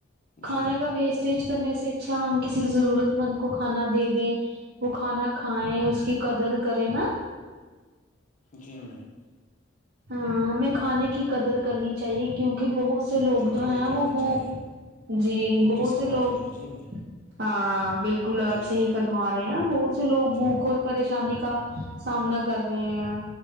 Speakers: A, on the right; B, on the left.
A: کھانے
B: جی
A: کا بیسٹ اسٹیج کرنے سے اچھا ہم کسی ضرورت مند کو کھانا دے دیں وہ کھانا کھائیں اس کی قدر کرے نا
B: جی میںیم <unintelligible>
A: ہاں ہمیں کھانے کی قدر کرنی چاہیے کیونکہ بہت سے لوگ
B: جی
A: جو
B: قدر
A: ہیں
B: کرنی
A: وہ بوک
B: چاہیے
A: جی
B: بھوکے
A: بہت سے لوگ
B: مر رہے جی میں <unintelligible>
A: ہاں بالکل آپ
B: جی
A: صحیح فرما رہے ہیں بہت سے لوگ
B: جی
A: بھوک اور پریشانی کا سامنا کر رہے ہیں